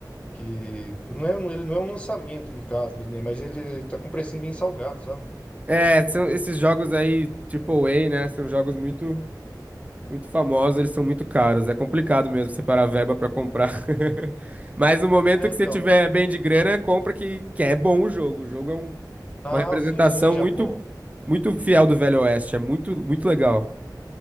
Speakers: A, on the left (about 15°); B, on the right (about 20°).
A: que. Não é, um- ele não é um lançamento, no caso, né? Mas ele tá com um precinho bem salgado, sabe?
B: É, são esses jogos aí, AAA, né? São jogos muito Muito famosos, eles são muito caros. É complicado mesmo separar verba pra comprar. <laughs> Mas no momento
A: É,
B: que
A: então.
B: você tiver bem de grana, compra que, que é bom o jogo. O jogo é um-
A: Ah,
B: uma representação
A: sim, sim, já
B: muito
A: vou.
B: muito fiel do Velho Oeste. É muito muito legal.